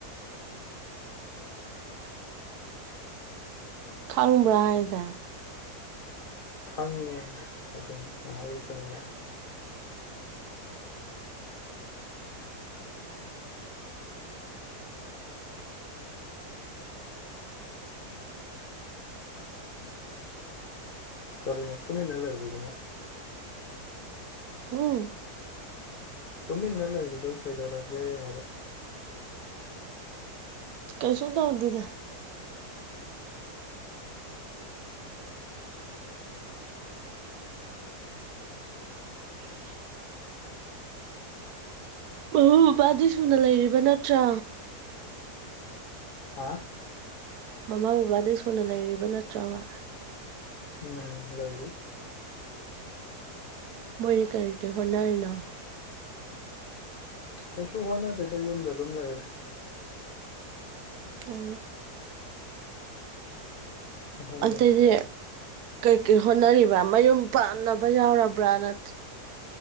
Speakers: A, on the right; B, on the left.
A: ꯈꯪꯕ꯭ꯔꯥ ꯍꯥꯏꯁꯦ
B: ꯈꯪꯉꯦ ꯑꯗꯨꯝ <unintelligible> <unintelligible>
A: <unintelligible>
B: ꯇꯨꯃꯤꯟꯅ ꯂꯩꯔꯤꯗꯨ ꯀꯩꯗꯧꯔꯒꯦ ꯍꯥꯏꯕ
A: ꯀꯩꯁꯨ ꯇꯧꯗꯦꯗ <inaudible> ꯃꯕꯨꯡ ꯃꯄ꯭ꯋꯥꯗꯤ ꯁꯨꯅ ꯂꯩꯔꯤꯕ ꯅꯠꯇ꯭ꯔ
B: ꯍꯥꯥ
A: ꯃꯃꯥ ꯕꯕꯥꯗ ꯁꯨꯅ ꯂꯩꯔꯤꯕ ꯅꯠꯇ꯭ꯔꯕ
B: ꯎꯝ ꯂꯩꯔꯤ
A: ꯃꯣꯏꯗꯤ ꯀꯔꯤ ꯀꯔꯤ ꯍꯣꯠꯅꯔꯤꯅꯣ
B: ꯀꯩꯁꯨꯨ ꯍꯣꯅꯗꯦꯗ ꯌꯨꯝꯗ ꯑꯗꯨꯝ ꯂꯩꯔꯦ
A: <inaudible>
B: ꯑꯍꯟ
A: ꯑꯇꯩꯗꯤ
B: ꯑꯣꯏꯁꯤꯜꯂꯛ
A: ꯀꯩꯀꯩ ꯍꯣꯠꯅꯔꯤꯕ ꯃꯌꯨꯝ ꯄꯥꯟꯅꯕ ꯌꯥꯎꯔꯕ꯭ꯔꯥ ꯅꯠ